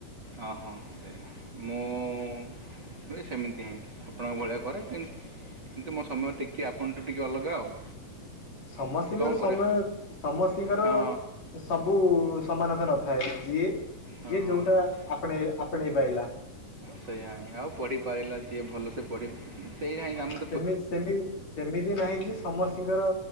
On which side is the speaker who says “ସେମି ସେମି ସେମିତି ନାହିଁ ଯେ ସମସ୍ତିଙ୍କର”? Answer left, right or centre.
Left